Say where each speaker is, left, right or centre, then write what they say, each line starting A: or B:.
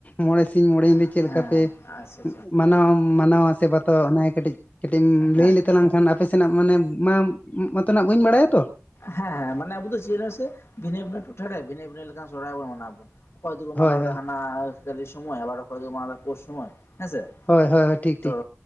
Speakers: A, on the left; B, on the left.
A: ᱢᱚᱬᱮ ᱥᱤᱧ ᱢᱚᱬᱮ ᱧᱤᱫᱟᱹ
B: ᱟᱪᱪᱷᱟ
A: ᱪᱮᱫ ᱞᱮᱠᱟ ᱯᱮ ᱢᱟᱱᱟᱣ ᱢᱟᱱᱟᱣᱟ ᱥᱮ ᱵᱟᱛᱟᱣᱟ ᱚᱱᱟ ᱜᱮ ᱠᱟᱹᱴᱤᱡ ᱠᱟᱹᱴᱤᱡ ᱮᱢ
B: ᱟᱪᱪᱷᱟ ᱦᱮᱸ
A: ᱞᱟᱹᱭ ᱞᱮ ᱛᱟᱞᱟᱝᱠᱷᱟᱱ ᱟᱯᱮ ᱥᱮᱱᱟᱜ ᱢᱟᱱᱮ ᱢᱟ ᱢᱚᱛᱚᱱᱟᱜ ᱵᱟᱹᱧ ᱵᱟᱲᱟᱭᱟ ᱛᱚ
B: ᱦᱮᱸ ᱦᱮᱸ ᱢᱟᱱᱮ ᱟᱵᱚ ᱫᱚ ᱪᱮᱫᱟᱥᱮ ᱵᱷᱤᱱᱟᱹᱤᱱᱟᱹ ᱴᱚᱴᱷᱟᱨᱮ ᱵᱷᱤᱱᱟᱹ ᱵᱷᱤᱱᱟᱹ ᱞᱮᱠᱟᱱ ᱥᱚᱨᱚᱦᱟᱭ ᱵᱚᱱ ᱢᱟᱱᱟᱣᱵᱚᱱ ᱾ ᱠᱚᱭ ᱠᱚ
A: ᱦᱳᱭ
B: ᱢᱟᱱᱟᱣᱫᱟ
A: ᱦᱳᱭ
B: ᱦᱟᱱᱟ ᱠᱟᱞᱤ ᱥᱚᱢᱚᱭ ᱟᱵᱟᱨ ᱚᱠᱚᱭ ᱫᱚ ᱢᱟᱱᱟᱣᱫᱟ ᱯᱳᱥ ᱥᱚᱢᱚᱭ ᱾ ᱦᱮᱸ ᱥᱮ
A: ᱦᱳᱭ ᱦᱳᱭ ᱴᱷᱤᱠ ᱴᱷᱤᱠ
B: ᱛᱚ